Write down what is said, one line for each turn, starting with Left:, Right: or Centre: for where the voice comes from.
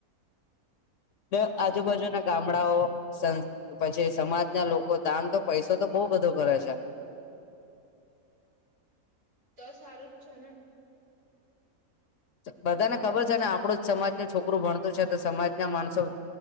Left: બે
Right: તો
Left: આજુબાજુ
Right: સારું
Left: ના
Right: જ
Left: ગામ.
Right: ને
Left: ગામડાઓ સંસ પછી સમાજ ના લોકો દાન તો પૈસો તો બહુ બંધો કરે છે.
Right: તો સારું જ છે ને.
Left: બધાને ખબર છે ને આપણું જ સમાજનું છોકરું ભણતું છે તો સમાજના માણસો